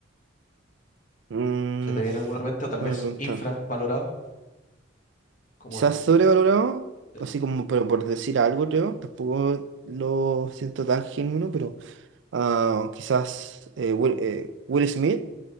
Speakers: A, on the right; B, on the left.
A: Mm,
B: ¿Se te viene alguna mente? O tal
A: buena
B: vez
A: pregunta.
B: infravalorado, como
A: Quizás
B: el...
A: sobrevalorado,
B: eh,
A: así como, pero por decir algo, creo. Tampoco lo siento tan genuino, pero ah, quizás eh, Will, eh, Will Smith,